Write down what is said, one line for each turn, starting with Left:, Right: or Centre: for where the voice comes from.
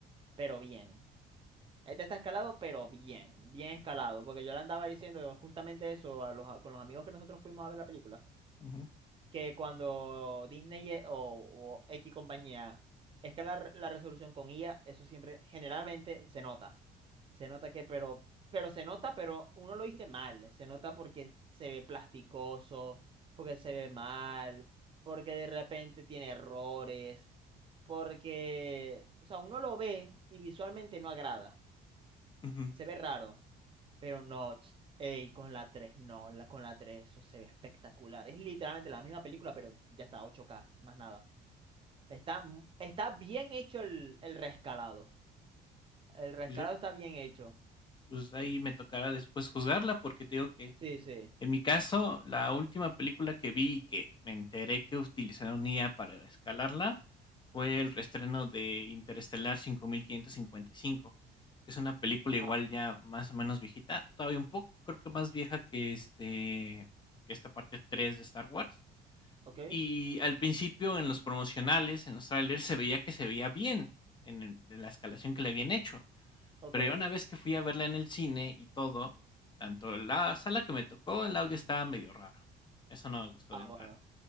Right: pero bien. Este está escalado, pero bien, bien escalado. Porque yo le andaba diciendo justamente eso a los, a- con los amigos que nosotros fuimos a ver la película
Left: Ujú,
Right: que cuando Disney e- o, o X compañía escala r- la resolución con IA, eso siempre generalmente se nota. Se nota que, pero, pero se nota, pero uno lo dice mal. Se nota porque se ve plasticoso, porque se ve mal, porque de repente tiene errores, porque, o sea, uno lo ve y visualmente no agrada.
Left: ujú.
Right: Se ve raro, pero no. ch- Ey, con la 3 no, la, con la 3 eso se ve espectacular. Es literalmente la misma película, pero ya está, ocho k más nada. Está, mu- está bien hecho el, el rescalado. El rescalado
Left: Pues, yo-
Right: está bien hecho.
Left: pues ahí me tocará después juzgarla porque te digo que
Right: Sí, sí.
Left: En mi caso, la última película que vi y que me enteré que utilizaron IA para escalarla fue el reestreno de Interestelar 5555, que es una película igual
Right: Ah,
Left: ya más o menos viejita, todavía un poco, creo que más vieja que este que esta parte 3 de Star Wars.
Right: ok,
Left: Y al principio en los promocionales, en los trailers se veía que se veía bien en, en la escalación que le habían hecho
Right: ok.
Left: pero ya una vez que fui a verla en el cine y todo, tanto la sala que me tocó, el audio estaba medio raro. Eso no me gustó
Right: Ah,
Left: de entrada.
Right: bueno.